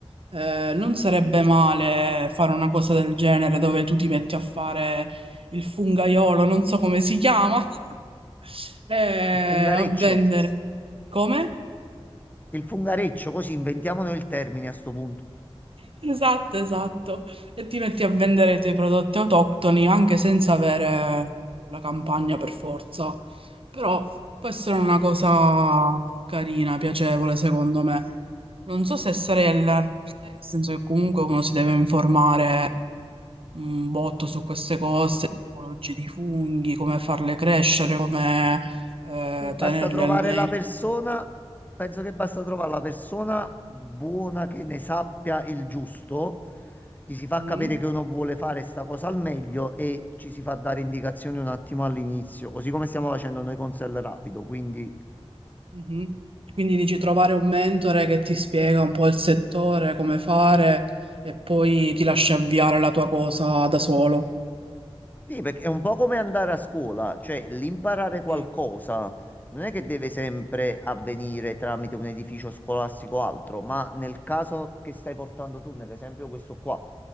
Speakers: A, on the right; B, on the left.
A: Eh, non sarebbe male fare una cosa del genere dove tu ti metti a fare il fungaiolo, non so come si chiama, <laughs> eh,
B: fungareccio.
A: a vendere. Come?
B: Il fungareccio, così inventiamo noi il termine a sto punto.
A: Esatto, esatto. E ti metti a vendere i tuoi prodotti autoctoni anche senza avere la campagna per forza. Però può essere una cosa carina, piacevole, secondo me. Non so se sarei all'arte, nel senso che comunque uno si deve informare un botto su queste cose, su tipologie di funghi, come farle crescere, come eh,
B: E basta
A: tenerle
B: trovare
A: al meglio.
B: la persona, penso che basta trovare la persona buona che ne sappia il giusto, gli si fa
A: Mm?
B: capire che uno vuole fare sta cosa al meglio e ci si fa dare indicazioni un attimo all'inizio, così come stiamo facendo noi con Sell Rapido, quindi
A: Mhm. Quindi dici trovare un mentore che ti spiega un po' il settore, come fare e poi ti lascia avviare la tua cosa da solo.
B: Sì, perché è un po' come andare a scuola, cioè l'imparare qualcosa
A: Sì,
B: non è che deve sempre avvenire tramite un edificio scolastico o altro, ma nel caso che stai portando tu, nell'esempio questo qua.